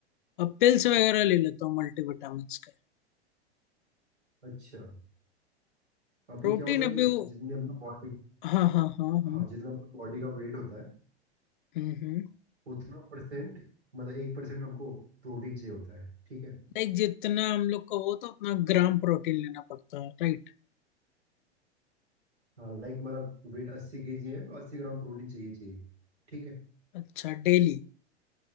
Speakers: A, on the left (about 50°); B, on the right (about 80°).
A: पिल्स वगैरह ले लेता हूँ मल्टीविटामिन्स के
B: अच्छा अभी
A: प्रोटीन
B: क्या होता है कि
A: अभी वो
B: जितनी अपना बॉडी
A: हाँ हाँ हाँ हाँ
B: हाँ जितना अपना बॉडी का वेट होता है
A: हम्म हम्म
B: उतना परसेंट मतलब एक परसेंट हमको प्रोटीन चाहिए होता है ठीक है
A: लाइक जितना हम लोग को हो तो उतना ग्राम प्रोटीन लेना पड़ता है राइट
B: हाँ लाइक हमारा वेट अस्सी केजी है तो अस्सी ग्राम प्रोटीन चाहिए चाहिए ठीक है
A: अच्छा डेली